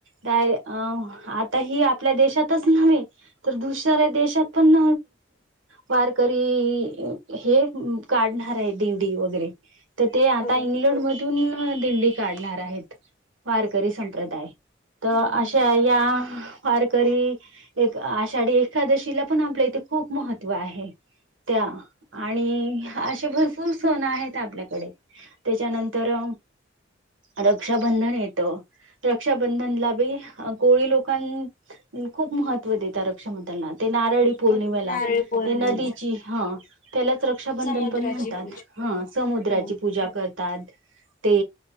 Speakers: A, on the right; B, on the left.
A: आता ही आपल्या देशातच नव्हे तर दुसऱ्या देशात पण वारकरी हे काढणार आहे दिंडी वगैरे तर ते आता
B: बरोबर
A: इंग्लंड मधून दिंडी काढणार आहेत, वारकरी संप्रदाय. तर
B: बरोबर
A: अशा या वारकरी एक आषाढी एकादशीला पण आपल्या इथे खूप महत्व आहे. त्या आणि असे भरपूर सण आहेत आपल्याकडे. त्याच्यानंतर रक्षाबंधन येतो. रक्षाबंधनला बी गोळी लोकां खूप महत्त्व देतात रक्षाबंधनात. ते नारळी पौर्णिमेला.
B: हो नारळी पौर्णिमा
A: नदीची ह त्यालाच रक्षाबंधन
B: समुद्राची
A: ण म्हणतात.
B: पूजा
A: ह समुद्राची
B: हो
A: पूजा कर ते